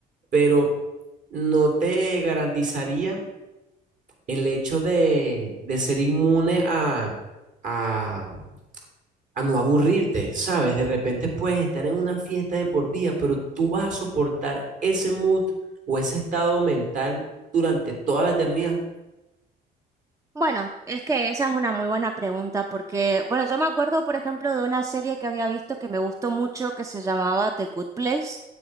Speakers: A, on the right; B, on the right.
A: pero no te garantizaría el hecho de, de ser inmune a, a, a no aburrirte, ¿sabes? De repente puedes estar en una fiesta de por vida, pero tú vas a soportar ese mood o ese estado mental durante toda la eternidad. <laughs>
B: Bueno, es que esa es una muy buena pregunta porque, bueno, yo me acuerdo, por ejemplo, de una serie que había visto que me gustó mucho que se llamaba The Good Place,